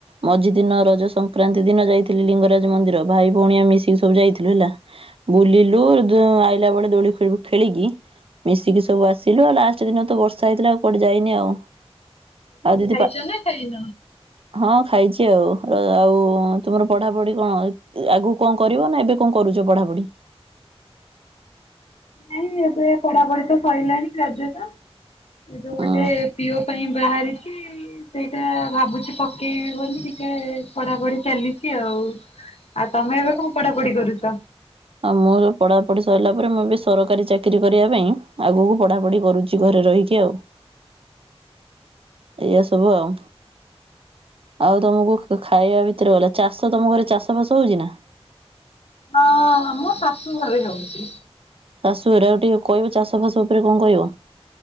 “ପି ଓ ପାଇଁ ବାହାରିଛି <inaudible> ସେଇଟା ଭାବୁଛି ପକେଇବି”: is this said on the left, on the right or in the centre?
Left